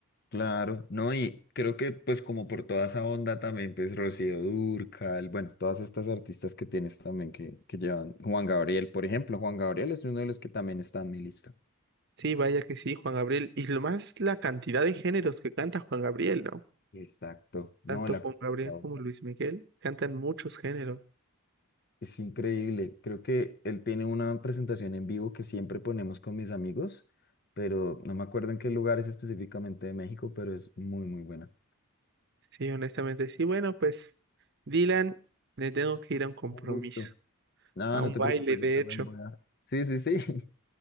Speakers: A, on the left; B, on the right.
A: Claro, no, y creo que pues como por toda esa onda también, pues Rocío Dúrcal, bueno, todas estas artistas que tienes también que, que llevan, Juan Gabriel, por ejemplo, Juan Gabriel es uno de los que también está en mi lista.
B: sí, vaya que sí, Juan Gabriel, y lo más es la cantidad de géneros que canta Juan Gabriel, ¿no?
A: Exacto, no,
B: Tanto
A: la
B: Juan
A: capacidad
B: Gabriel
A: vocal
B: como Luis Miguel cantan muchos géneros.
A: es increíble, creo que él tiene una presentación en vivo que siempre ponemos con mis amigos, pero no me acuerdo en qué lugar es específicamente de México, pero es muy, muy buena.
B: Sí, honestamente, sí. Bueno, pues, Dylan, le tengo que ir a un compromiso,
A: Un gusto. No,
B: a
A: no
B: un
A: te
B: baile,
A: preocupes, yo
B: de
A: también
B: hecho,
A: voy
B: no
A: a... Sí, sí, sí.